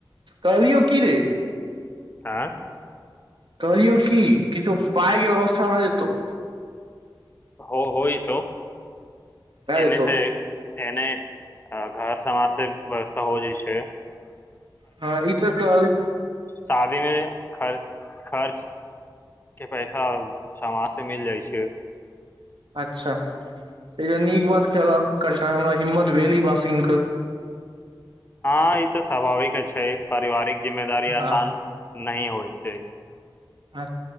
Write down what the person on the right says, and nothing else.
कहलियौ की रे
कहलियौ की किछो पाइ कें व्यवस्था भ जेतौ
भए
जेतौ
हाँ इ त कहल
अच्छा ई त नीक बात केलहं कनिटा हमरा हिम्मत भेल ई बात सुनि क
हँ
अ